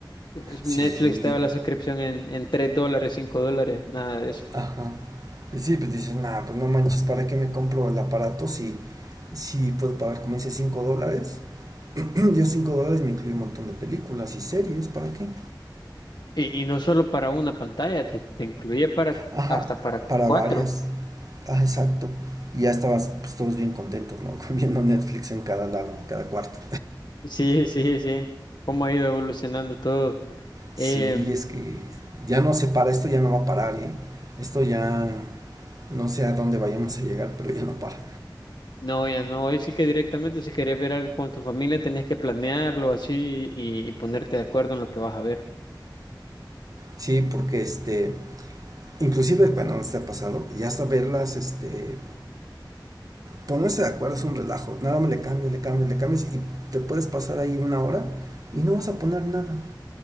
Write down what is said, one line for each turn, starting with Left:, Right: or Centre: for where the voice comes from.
Left: es-
Right: Sí,
Left: Netflix te daba la suscripción en, en 3 dólares, 5 dólares, nada de eso.
Right: ajá. Y sí, pues dices, nada, pues no manches, ¿para qué me compro el aparato si, si puedo pagar, como dice, 5 dólares? <clears throat> Yo 5 dólares me incluye un montón de películas y series, ¿para qué?
Left: Y, y no solo para una pantalla, te, te incluye para,
Right: Ajá,
Left: hasta para
Right: para
Left: cuatro.
Right: varias. Ah, exacto. Y ya estabas, pues todos bien contentos, ¿no? <laughs> Viendo Netflix en cada lado, en cada cuarto.
Left: Sí, sí, sí. Cómo ha ido evolucionando todo. Eh,
Right: Sí, es que ya no se para, esto ya no va a parar, ¿eh? Esto ya no sé a dónde vayamos a llegar, pero ya no para.
Left: no, ya no. Hoy sí que directamente, si querés ver algo con tu familia, tenés que planearlo así y, y ponerte de acuerdo en lo que vas a ver.
Right: Sí, porque este, inclusive, bueno, no se ha pasado, ya hasta verlas, este, ponerse de acuerdo es un relajo, nada más le cambias, le cambias, le cambias y te puedes pasar ahí una hora y no vas a poner nada.